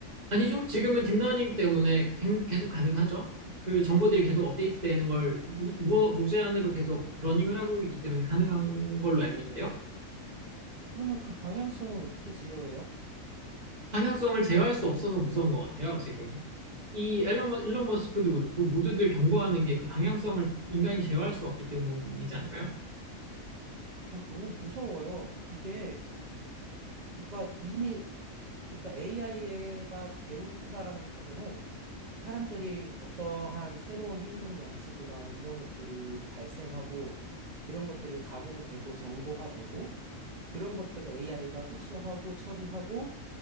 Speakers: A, on the right (about 35°); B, on the right (about 55°).
A: 아니죠. 지금은 딥러닝 때문에 갱- 계속 가능하죠. 그 정보들이 계속 업데이트 되는 걸 무, 무- 무제한으로 계속 러닝을 하고 있기 때문에 가능한 걸로 알고 있는데요.
B: 그러면 그 방향성은 어떻게 제어해요?
A: 방향성을 제어할 수 없어서 무서운 것 같아요, 지금. 이 앨런 머, 일론 머스크도 그렇고, 모두들 경고하는 게 그 방향성을 인간이 제어할 수 없기 때문이지 않을까요?
B: 저 너무 무서워요. 이게, 그러니까 이미, 그러니까 AI가 배운다라는 과정은 사람들이 어떠한 새로운 행동 양식이나 이런 것들이 발생하고 그런 것들이 가공되고 정보화되고 그런 것들을 AI가 흡수하고 처리하고